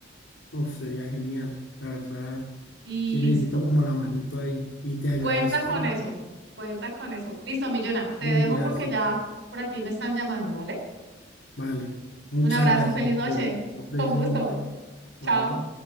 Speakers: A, on the left; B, on the right.
A: Uf, sería genial, la verdad.
B: Listo.
A: Sí necesito como la manito ahí y te agradezco.
B: Cuenta con eso. Cuenta con eso. Listo, Millona. Te
A: Mil
B: dejo
A: gracias.
B: porque ya por aquí me están llamando, ¿vale?
A: Vale, muchas
B: Un abrazo,
A: gracias,
B: feliz
A: en
B: noche.
A: serio. Lo aprecio
B: Con gusto.
A: mucho. Vale.
B: Chao.